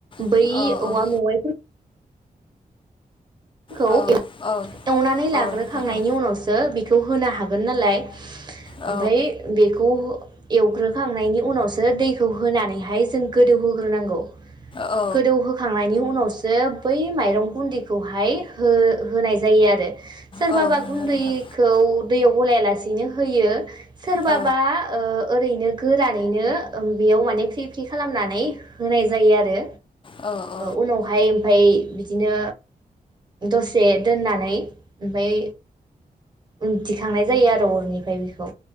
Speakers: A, on the left; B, on the right.
A: औ
B: बै
A: औ
B: औवा
A: औ
B: मेवाइफोरखौ खौ
A: औ औ
B: एवनानै
A: औ
B: लाग्रोखांनायनि
A: नोंथां
B: उनावसो बि बेखौ होनो हागोन नालाय।
A: औ
B: ओमफ्राय बेखौ एवग्रोखांनायनि उनावसो दैखौ होनानैहाय जों गोदौहोग्रोनांगौ।
A: औ
B: गोदौ होखांनायनि उनावस जो बै माइरं गुदै खौहाय हो-होनाय जा जायो आरो सोरबाबा
A: औ नंगौ
B: गुनदैखौ
A: नोंथां
B: दैयाव गलायालासेनो होयो। सोरबाबा
A: औ
B: ओ ओरैनो गोरानैनो बेयाव माने फ्रि फ्रि खालामनानै होनाय जायो आरो
A: औ
B: उनावहाय ओमफाय बिदिनो दसे दोन्नानै ओमफाय उथिखांनाय जायो आरो अरनिफ्राय बेख‌ खौ